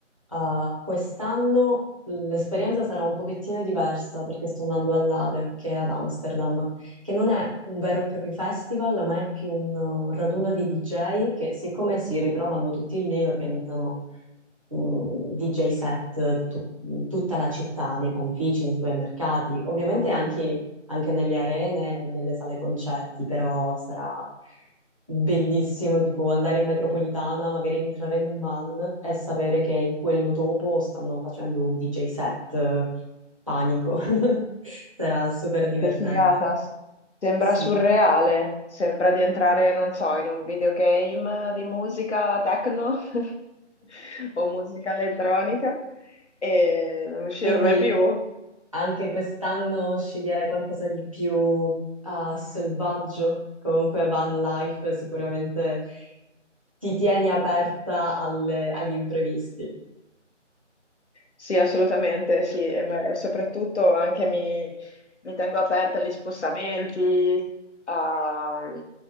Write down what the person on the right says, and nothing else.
Uh, quest'anno l'esperienza sarà un pochettino diversa perché sto andando all'Ade, che è ad Amsterdam, che non è un vero e proprio festival, ma è più un uh, raduno di DJ che, siccome si ritrovano tutti lì, organizzano mh, DJ set tu- in tutta la città, nei panifici, nei supermercati,
ovviamente anche, anche nelle arene e nelle sale concerti, però sarà bellissimo tipo andare in metropolitana, magari entrare in un man e sapere che in quello dopo stanno facendo un DJ set, eh, panico. <laughs> Sarà super divertente.
Sì.
Quindi
Anche quest'anno sceglierei qualcosa di più ah, selvaggio. Comunque van life sicuramente ti tieni aperta alle- agli imprevisti